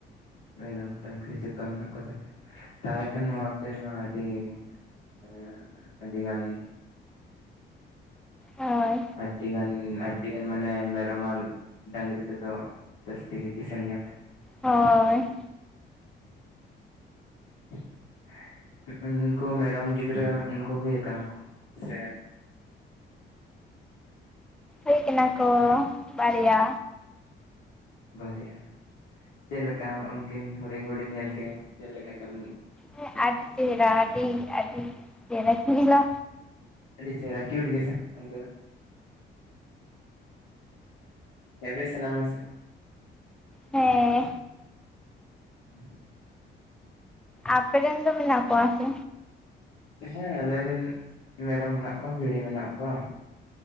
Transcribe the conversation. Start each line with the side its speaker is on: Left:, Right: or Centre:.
Left: ᱢᱮᱨᱚᱢ ᱰᱟᱺᱝᱨᱤ ᱡᱚᱛᱚ ᱢᱮᱱᱟᱜ ᱠᱚᱛᱟ ᱯᱮ ᱛᱟᱦᱚᱞᱮ ᱠᱷᱟᱱ ᱢᱟ ᱟᱯᱮ ᱢᱟ ᱟᱹᱰᱤ ᱮᱸᱻ ᱟᱹᱰᱤ ᱜᱟᱱ
Centre: ᱦᱳᱭ
Left: ᱟᱹᱰᱤ ᱜᱟᱱ ᱟᱹᱰᱤ ᱜᱟᱱ ᱢᱟᱱᱮ ᱢᱮᱨᱚᱢ ᱟᱨ ᱰᱟᱝᱨᱤ ᱛᱮᱫᱚ ᱛᱟᱥᱛᱤᱜᱮ ᱠᱤᱥᱟᱹᱬ ᱜᱮᱭᱟ ᱯᱮ
Centre: ᱦᱳᱭ
Left: <inaudible> ᱩᱱᱠᱩ ᱢᱮᱨᱚᱢ ᱜᱤᱫᱽᱨᱟᱹ ᱩᱱᱠᱩ ᱦᱩᱭ ᱠᱟᱱᱟ ᱠᱚ ᱥᱮ
Centre: ᱦᱩᱭ ᱠᱟᱱᱟ ᱠᱚ ᱵᱟᱨᱭᱟ
Left: ᱵᱟᱨᱭᱟ ᱪᱮᱫ ᱞᱮᱠᱟ ᱩᱱᱠᱤᱱ ᱦᱤᱰᱤᱧ ᱦᱤᱰᱤᱧ ᱧᱮᱞ ᱠᱮᱭᱟᱢ ᱪᱮᱫ ᱞᱮᱠᱟ ᱠᱟᱹᱢᱤ
Centre: ᱦᱮ ᱟᱹᱰᱤ ᱪᱮᱦᱨᱟ ᱟᱹᱰᱤ ᱟᱹᱰᱤ ᱪᱮᱲᱮ <unintelligible> ᱥᱤᱵᱤᱞᱟ
Left: ᱟᱹᱰᱤ ᱪᱮᱦᱨᱟ ᱠᱤᱭᱩᱴ ᱜᱮ ᱥᱮ ᱚᱱᱠᱚ ᱜᱮ ᱦᱮ ᱵᱮ ᱥᱟᱱᱟ ᱢᱟ ᱥᱮ
Centre: ᱦᱮᱸ
Left: <inaudible>
Centre: ᱟᱯᱮ ᱨᱮᱱ ᱫᱚ ᱢᱮᱱᱟᱜ ᱠᱚᱣᱟ ᱥᱮ?
Left: ᱦᱮᱸ ᱟᱞᱮ ᱨᱮᱱ ᱢᱮᱨᱚᱢ ᱢᱮᱱᱟᱜ ᱠᱚᱣᱟ ᱵᱷᱤᱲᱤ ᱢᱮᱱᱟᱜ ᱠᱚᱣᱟ